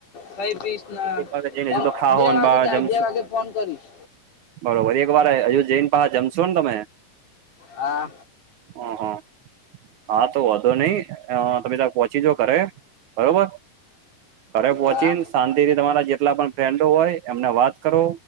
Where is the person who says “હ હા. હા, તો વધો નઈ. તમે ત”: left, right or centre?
Right